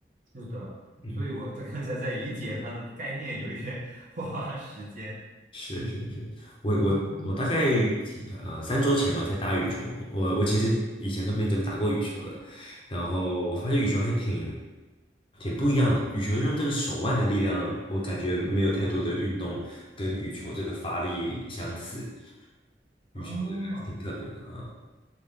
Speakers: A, on the right (about 45°); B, on the left (about 30°).
A: 是的，
B: 嗯，
A: 所以我在 <laughs> 刚才在理解它的概念，有一点 <laughs> 花时间。
B: 是是是，我我我大概几呃三周前吧才打羽球，
A: 哦，
B: 我我其实以前都没怎么打过羽球的，然后我发现羽球还挺
A: 嗯，
B: 挺不一样的，羽球是用这个手腕的力量，我感觉没有太多的运动跟羽球这个发力相似，羽球这个还是挺特别的啊。
A: 哦，